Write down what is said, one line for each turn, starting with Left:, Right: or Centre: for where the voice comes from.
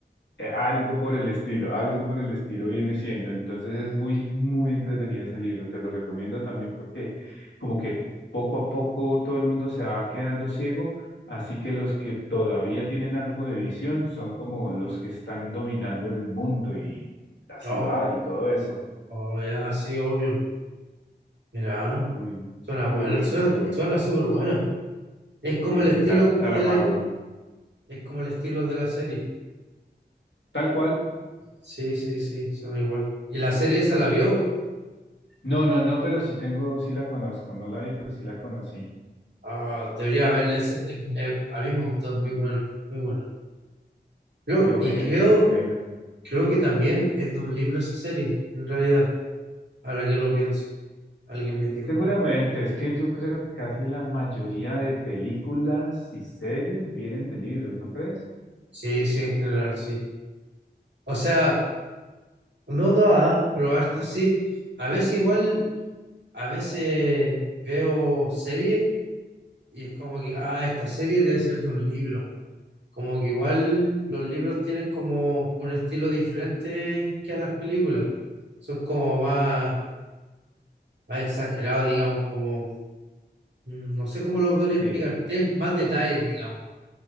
Left: Eh, algo por el estilo, algo por el estilo viene siendo. Entonces es muy, muy entretenido ese libro. Te lo recomiendo también porque como que poco a poco todo el mundo se va quedando ciego. Así que los que todavía tienen algo de visión son como los que están dominando el mundo y la ciudad
Right: Oh,
Left: y todo eso.
Right: oh, ya, sí, obvio. Mira, ¿eh?
Left: Muy,
Right: suena buena,
Left: muy bueno,
Right: suena,
Left: muy bueno.
Right: suena súper buena. Es como
Left: Sí,
Right: el
Left: sí,
Right: estilo
Left: Sa-
Right: como
Left: Saramago.
Right: de la- es como el estilo de la serie.
Left: Tal cual.
Right: Sí, sí, sí, suena igual. ¿Y la serie esa la vio?
Left: No, no, no, pero sí tengo, sí la conozco. No la vi, pero sí la conocí.
Right: Ah, debería verla. esa- eh, eh, a mí me gustó, muy buena, muy buena. Creo-
Left: Qué bueno,
Right: y creo
Left: qué bueno.
Right: Creo que también es de un libro esa serie, en realidad, ahora que lo pienso. Alguien me dijo,
Left: Seguramente,
Right: ¿no?
Left: es que yo creo que casi la mayoría de películas y series vienen de libros, ¿no crees?
Right: Sí, sí, en general, sí. O sea, no todas, pero harta sí. A veces igual, a veces veo series y es como que, ah, esta serie debe ser de un libro. Como que igual los libros tienen como un estilo diferente que a las películas. Son como más, más exagerados, digamos, como, mm, no sé cómo lo podría explicar,
Left: Sí,
Right: tienen más detalles, digamos